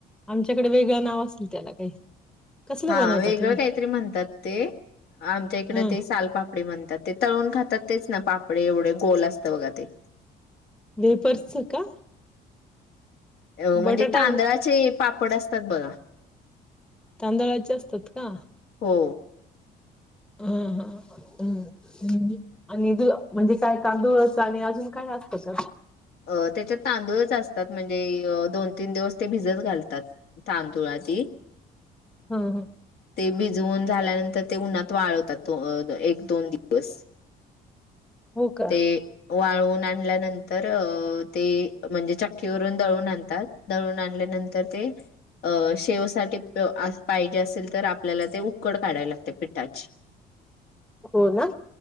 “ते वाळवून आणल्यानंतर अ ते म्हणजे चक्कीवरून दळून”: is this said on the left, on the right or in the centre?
Left